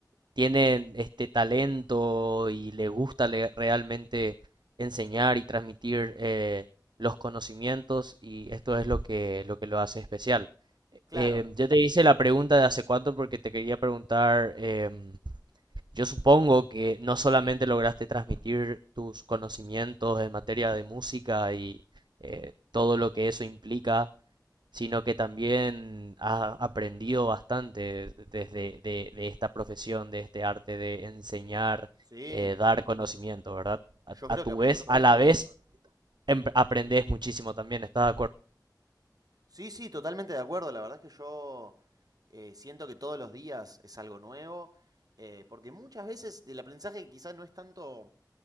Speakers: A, on the right (about 85°); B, on the right (about 60°).
A: tienen este talento y les gusta le- realmente enseñar y transmitir eh, los conocimientos y esto es lo que, lo que lo hace especial.
B: Claro.
A: Eh, yo te hice la pregunta de hace cuánto porque te quería preguntar, em, yo supongo que no solamente lograste transmitir tus conocimientos en materia de música y eh, todo lo que eso implica, sino que también has aprendido bastante desde de, de esta profesión, de este arte de enseñar,
B: Sí.
A: eh, dar conocimiento, ¿verdad? A,
B: Yo creo
A: a tu
B: que aprendo
A: vez,
B: todos
A: a la
B: los días.
A: vez, em- aprendes muchísimo también, ¿estás de acuerdo?
B: Sí, sí, totalmente de acuerdo. La verdad es que yo eh, siento que todos los días es algo nuevo, eh, porque muchas veces el aprendizaje quizás no es tanto